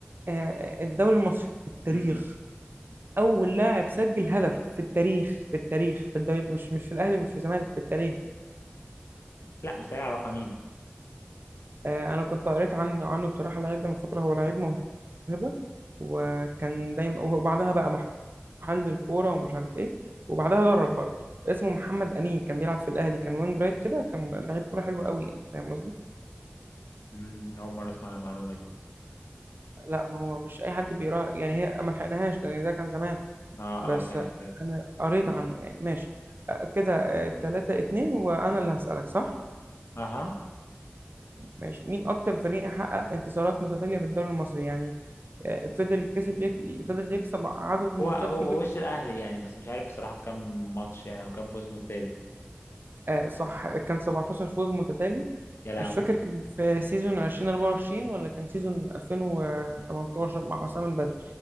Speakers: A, on the right; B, on the left.
A: آه، الدوري المصري في التاريخ
B: مم.
A: اول لاعب سجل هدف في التاريخ في التاريخ في الدوري مش مش في الاهلي مش في الزمالك في التاريخ
B: لا مستحيل أعرفها مين
A: آه، انا كنت قريت عن عنه بصراحه اللعيب ده من فتره هو لعيب موهبه وكان دايما وبعدها بقى محلل كوره ومش عارف ايه وبعدها درب برضه اسمه محمد امين كان بيلعب في الاهلي كان وينج رايت كده كان لعيب كوره حلو قوي يعني فاهم قصدي
B: مم. أول مرة أسمع المعلومة دي
A: لا ما هو مش اي حد بيقرا يعني هي ما لحقناهاش لان ده كان زمان
B: اه
A: بس
B: اه فاهم فاهم
A: انا قريت عنه يعني ماشي آه، كده آه، تلاتة اتنين وانا اللي هسألك صح
B: اها
A: ماشي مين أكتر فريق حقق انتصارات متتالية في الدوري المصري يعني آه، فضل كسب يك... فضل يكسب عدد ماتشات
B: هو هو
A: كبير
B: وش الأهلي يعني بس مش عارف بصراحة بكم ماتش يعني أو كم فوز متتالي
A: آه، صح كان 17 فوز متتالي
B: يا لهوي
A: مش فاكر كان في سيزون 2024 ولا كان سيزون 2018 مع حسام البدري